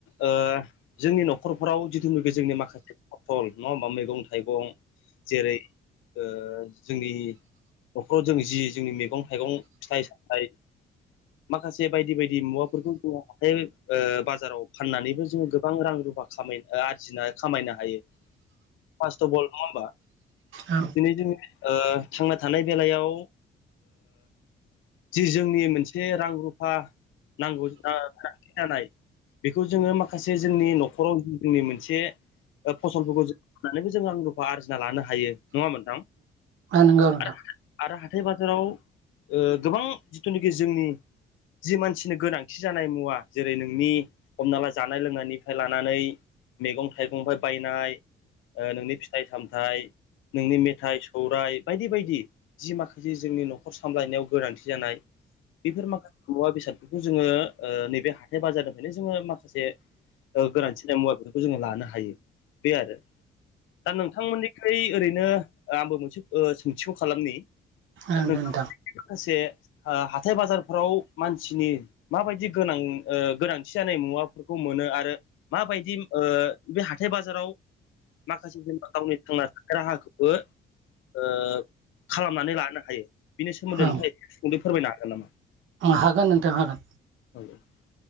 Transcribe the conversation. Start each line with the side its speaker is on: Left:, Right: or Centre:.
Left: ओ जोंनि न'खरफोराव जिथुनाखि जोंनि माखासे फसल नङा होमबा मैगं थाइगं मगं जेरै ओ ओ जोंनि न'खराव जों जि जोंनि मैगं थाइगं फिथाइ सामथाइ माखासे बे बायदि बायदि मुवाफोरखौ जोङो हााइ बाजाराव फाननानैबो जोङो गोबां रां रुफा खामाय आरजिनो खामायनो हायो फासथ' बल नङा होमबा
Right: औ
Left: दिनै जोंनि ओ थांना थानाय बेलायाव जि जोंनि मोनसे रां रु फा नांगौ जा जानाय बेखौ जोङो माखासे जोंनि न'खराव जोंनि मोनसे ओ फसलफोरखौ जों होननानैबो जों रां रुफा आरजिना लानो हायो नङा होमबा नोंथां
Right: औ नंगौ नोंथां
Left: आरो आरो हाथाय बाजाराव गोबां जिथुनाखि जोंनि जि मानसिनि गोनांथि जानाय मुवा जेरै नोंनि हमना ला जानाय लोंनायनिफ्राय लानानै मैगं थाइगंफोर बायनाय नोंनि फिथाइ सामथाय नोंनि मेथाइ सौरायाइ बायदि बायदि जि माखासे जोंनि न'खर सामलायनायाव गोनांथि जानाय बेफोर माखासे मुवा बेसादफोरखौ जोङो ओ नैबे हाथाय बाजारनिफ्रायनो जोङो माखासे ओ गोनांथि जानाय मुवा बेसादखौ जोङो लानो हायो बे आरो दा नोंथांमोननिख्रुइ ओरैनो आंबो मोनसे ओ सोंथिखौ खालामनि
Right: ओं
Left: नोंथाङा
Right: नोंथां
Left: <unintelligible> माखासे हाथाय बाजारफोराव मानसिनि माबायदि गोनां ओ गोनांथि जानाय मुवाफोरखौ मोनो आरो माबायदि ओ बे हाथाय बाजाराव माखासे जेनबा गावनि थांना थानाय राहाखौबो ओ खालामनानै लानो हायो बिनि सोमोन्दै
Right: औ
Left: नोंथाङा एसे सुंदयै फोरमायनो हागोन नामा
Right: हागोन नोंथां हागोन
Left: औ